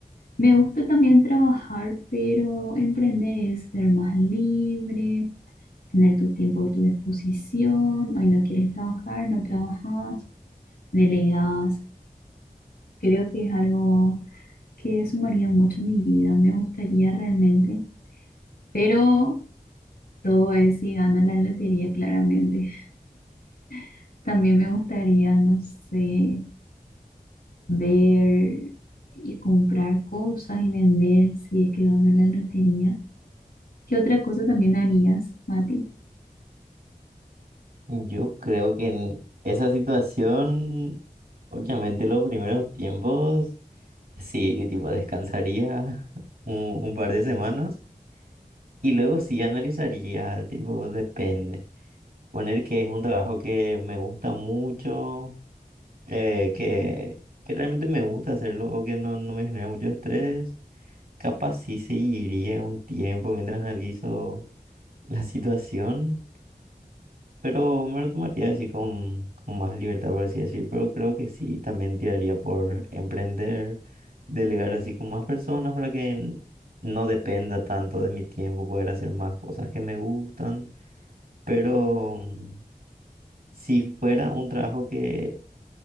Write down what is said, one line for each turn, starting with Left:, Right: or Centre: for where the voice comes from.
Left: me gusta también trabajar, pero emprender es ser más libre, tener tu tiempo a tu disposición. Hoy no quieres trabajar, no trabajas, delegas. Creo que es algo que sumaría mucho a mi vida, me gustaría realmente, pero todo es si gano la lotería, claramente. <laughs> También me gustaría, no sé, ver y comprar cosas y vender si es que gano la lotería. ¿Qué otra cosa también harías, Mati?
Right: Yo creo que en esa situación, obviamente los primeros tiempos, sí, tipo descansaría <laughs> un, un par de semanas y luego sí analizaría, tipo, depende. Poner que es un trabajo que me gusta mucho, eh, que, que realmente me gusta hacerlo o que no, no me genera mucho estrés. Capaz sí seguiría un tiempo mientras analizo la situación, pero me lo tomaría así con, con más libertad, por así decir. Pero creo que sí, también tiraría por emprender, delegar así con más personas para que n- no dependa tanto de mi tiempo, poder hacer más cosas que me gustan. Pero... mm, Si fuera un trabajo que